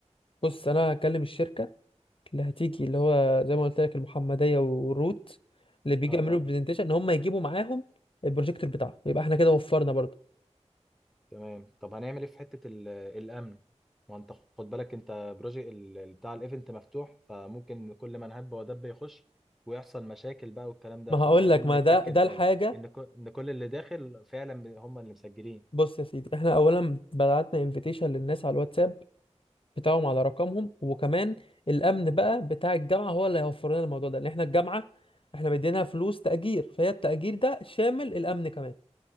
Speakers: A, on the left; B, in the centre.
A: بص انا هكلم الشركه اللي هتيجي اللي هو زي ما قلت لك المحمديه والروت اللي بيجي
B: اه
A: يعملوا
B: آه،
A: برزنتيشن ان هم يجيبوا معاهم البروجيكتور بتاعهم يبقى احنا كده وفرنا برضه
B: تمام طب هنعمل ايه في حته ال- الامن ما انت خد بالك انت بروجيكت بتاع الايفنت مفتوح فممكن كل من هب ودب يخش ويحصل مشاكل بقى والكلام ده
A: ما
B: فعايزين
A: هقول لك ما
B: نتاكد
A: ده ده الحاجه
B: ان ك- ان كل اللي داخل فعلا هم اللي مسجلين
A: بص يا سيدي احنا اولا بعتنا انفيتيشن للناس على الواتساب بتاعهم على رقمهم وكمان الامن بقى بتاع الجامعه هو اللي هيوفر لنا الموضوع ده لان احنا الجامعه احنا مدينها فلوس تاجير فهي التاجير ده شامل الامن كمان